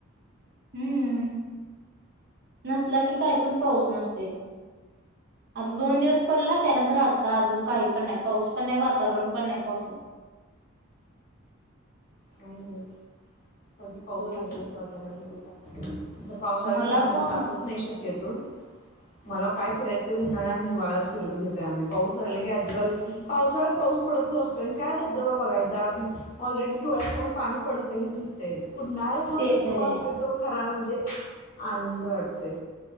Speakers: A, on the right (about 55°); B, on the left (about 45°).
A: हुं- नसला की कायपण पाऊस नसतोय. आता दोन दिवस पडला त्यानंतर आता अजुन काही पण नाही पाऊस पण नाही वातावरण पण नाही पावसाच.
B: काही नाहीच कधी पाऊस
A: होय
B: लागेल
A: की
B: असं वाटायला लागल मला. नंतर पावसााळ्यात
A: मला
B: कुठे बाहेर
A: पण
B: जातच नाही शक्य तो मला काय फिरायचं ते उन्हाळा आणि हिवाळा फिरून घेतय आम्ही पाऊस लागला. अजिबात
A: होय की
B: पावसाळ्यात पाऊस पडतच असतो काय धबधबा बघायचा ऑलरेडी डोळ्यासमोर पाणी पडततेला दिसतय उन्हाळत जो
A: ते
B: धबधबा
A: तर आहे
B: असतो. तो खरा म्हणजे आनंद वाटतोय.